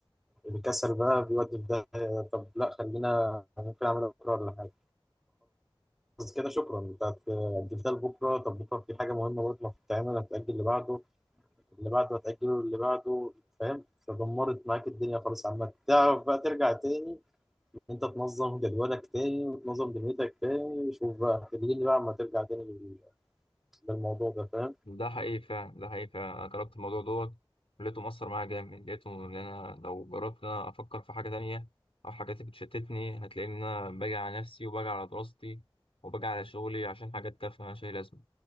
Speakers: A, in the centre; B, on the left.
A: الكسل بقى بيودي في ده طب لا خلينا ممكن اعملها بكره ولا حاجه بس كده شكرا انت هت- أجلتها لبكره طب بكره في حاجه مهمه برضه المفروض تعملها هتأجل اللي بعده اللي بعده هتأجله اللي بعده فاهم فدمرت معاك الدنيا خالص عامة تعرف بقى ترجع تاني انت تنظم جدولك تاني وتنظم دنيتك تاني شوف بقى خليني بقى اما ترجع تاني لل- للموضوع ده فاهم
B: ده حقيقي فعلا ده حقيقي فعلا انا جربت الموضوع دوت لقيته مؤثر معايا جامد لقيته ان انا لو جربت ان انا افكر في حاجه تانية او حاجات بتشتتني هتلاقي ان انا باجي على نفسي وباجي على دراستي وباجي على شغلي عشان حاجات تافهه مالهاش اي لازمه